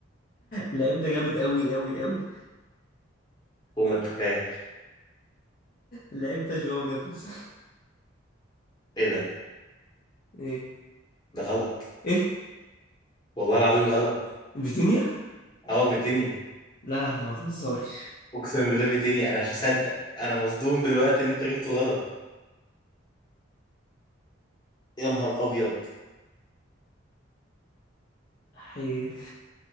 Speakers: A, on the left; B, on the left.
A: اللعيب ده جامد قوي قوي قوي
B: فوق ما تتخيل
A: اللعيب ده جواو نيفيز <laughs>
B: ايه ده
A: ايه
B: ده غلط
A: ايه
B: والله العظيم غلط
A: فيتينيا
B: اه فيتينيا
A: لا لا ما تهزرش
B: اقسم بالله فيتينيا انا مش مصدق انا مصدوم دلوقتي ان انت جبته غلط يا نهار ابيض
A: حي